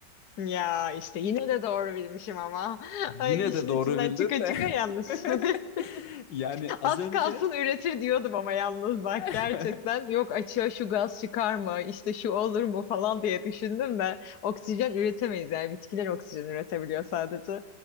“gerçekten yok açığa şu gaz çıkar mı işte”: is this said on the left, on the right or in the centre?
Left